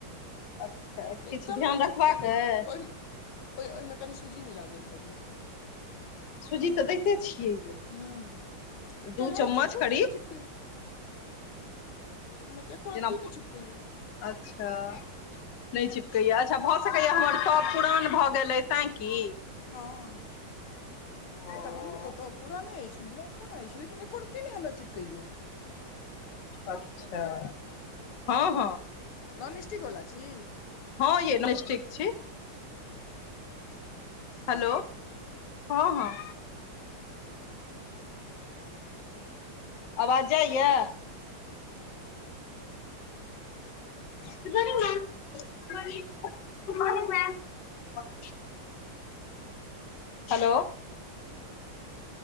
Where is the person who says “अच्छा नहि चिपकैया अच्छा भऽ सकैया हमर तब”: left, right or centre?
Left